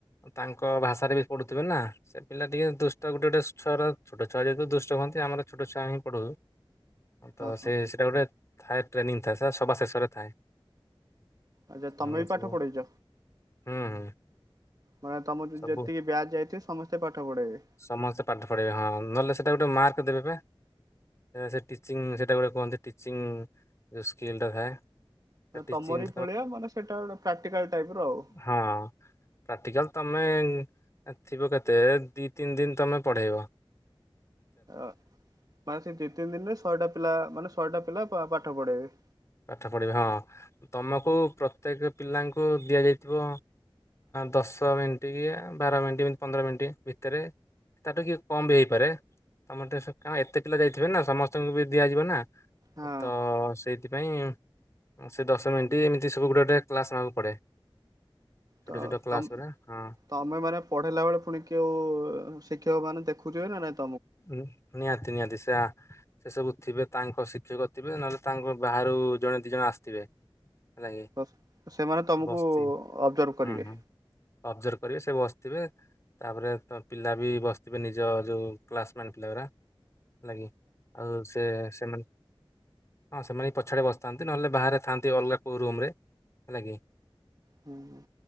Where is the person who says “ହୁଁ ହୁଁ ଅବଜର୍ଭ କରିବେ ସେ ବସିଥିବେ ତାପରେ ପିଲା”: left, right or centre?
Left